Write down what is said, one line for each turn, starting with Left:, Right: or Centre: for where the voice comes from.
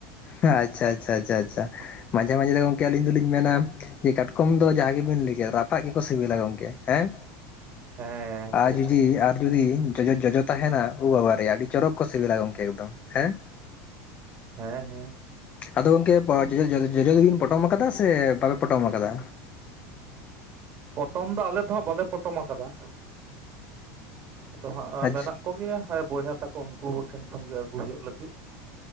Left: ᱦᱮᱸ, ᱟᱪᱪᱷᱟᱼᱟᱪᱪᱷᱟᱼᱟᱪᱪᱷᱟᱼᱟᱪᱪᱷᱟ᱾
Right: ᱚᱱᱠᱟ
Left: ᱢᱟᱡᱷᱮ-ᱢᱟᱡᱷᱮ ᱫᱚ ᱜᱚᱢᱠᱮ ᱟᱹᱞᱤᱧ ᱫᱩᱞᱤᱧ ᱢᱮᱱᱟ, ᱡᱮ ᱠᱟᱴᱠᱚᱢ ᱫᱚ ᱡᱟᱦᱟ ᱜᱮᱵᱤᱱ ᱞᱟᱹᱭ ᱠᱮᱫ ᱨᱟᱯᱟᱜ ᱜᱮᱠᱚ ᱥᱤᱵᱤᱞᱟ ᱜᱚᱢᱠᱮ ᱦᱮᱸ᱾
Right: ᱦᱮᱸ ᱴᱷᱤᱠ
Left: ᱟ ᱡᱩᱫᱤ ᱟᱨ ᱡᱩᱫᱤ ᱡᱚᱡᱚᱼᱡᱚᱡᱚ ᱛᱟᱦᱮᱸᱱᱟ ᱩ ᱵᱟᱵᱟ ᱨᱮ ᱟᱹᱰᱤ ᱪᱚᱨᱚᱠ ᱠᱚ ᱥᱮᱵᱮᱞᱟ ᱜᱚᱢᱠᱮ ᱮᱠᱫᱚᱢ, ᱦᱮᱸ᱾
Right: ᱦᱮᱸ ᱦᱮᱸ᱾
Left: ᱟᱫᱚ ᱜᱚᱝᱠᱮ ᱵᱟ ᱡᱚᱡᱚᱼᱡᱚᱡᱚ ᱡᱚᱡᱚ ᱫᱚᱵᱤᱱ ᱯᱚᱴᱚᱢ ᱠᱟᱫᱟ ᱥᱮ ᱵᱟᱯᱮ ᱯᱚᱴᱚᱢ ᱟᱠᱟᱫᱟ?
Right: ᱯᱚᱴᱚᱢ ᱫᱚ ᱟᱞᱮ ᱫᱚ ᱦᱟᱸᱜ ᱵᱟᱞᱮ ᱯᱚᱴᱚᱢᱠᱟᱫᱟ ᱟᱫᱚ ᱦᱟᱸᱜ
Left: ᱟᱪᱪᱷᱟ
Right: ᱢᱮᱱᱟᱜ ᱠᱚᱜᱮᱭᱟ ᱮᱸ ᱵᱚᱭᱦᱟ ᱛᱟᱠᱚ ᱩᱱᱠᱩ ᱴᱷᱮᱱ ᱠᱷᱚᱱᱜᱮ ᱟᱹᱜᱩ ᱦᱩᱭᱩᱜ ᱞᱟᱹᱜᱤᱫ